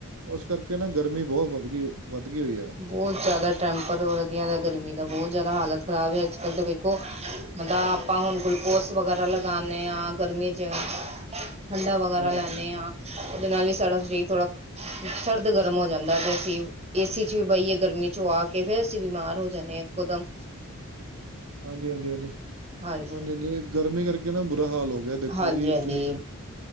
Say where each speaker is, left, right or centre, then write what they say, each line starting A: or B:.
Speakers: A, on the right; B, on the right.
A: ਉਸ ਕਰਕੇ ਨਾ ਗਰਮੀ ਬਹੁਤ ਵੱਧ ਗਈ, ਵੱਧ ਗਈ ਹੋਈ ਆ।
B: ਬਹੁਤ ਜ਼ਿਆਦਾ ਟੈਂਪਰ ਵਧੀਆ ਦਾ ਗਰਮੀ ਦਾ ਬਹੁਤ ਜ਼ਿਆਦਾ ਹਾਲਤ ਖ਼ਰਾਬ ਹੈ, ਅੱਜ ਕੱਲ ਤਾਂ ਵੇਖੋ ਮਤਲਬ ਆਪਾਂ ਹੁਣ ਗਲੂਕੋਸ ਵਗੈਰਾ ਲਗਾਉਂਦੇ ਹਾਂ। ਗਰਮੀ ਚ ਠੰਡਾ ਵਗੈਰਾ
A: ਹਾਂਜੀ
B: ਲੈਂਦੇ ਹਾਂ, ਉਹਦੇ ਨਾਲ ਵੀ ਸਾਡਾ ਸਰੀਰ ਥੋੜਾ ਕ, ਸਰਦ ਗਰਮ ਹੋ ਜਾਂਦਾ। ਤੇ ਅਸੀਂ, ਏ ਸੀ ਵੀ ਬਹੀਏ ਗਰਮੀ ਚੋਂ ਆ ਕੇ ਫੇਰ ਅਸੀਂ ਬਿਮਾਰ ਹੋ ਜਾਂਦੇ ਹਾਂ ਇੱਕੋਦਮ।
A: ਹਾਂਜੀ-ਹਾਂਜੀ-ਹਾਂਜੀ,
B: ਹਾਂਜੀ,
A: ਹਾਂਜੀ-ਹਾਂਜੀ ਗਰਮੀ ਕਰਕੇ ਨਾ ਬੁਰਾ ਹਾਲ ਹੋ। ਦੇਖੋ
B: ਹਾਂਜੀ-ਹਾਂਜੀ
A: ਜੀ ਤੁਸੀਂ,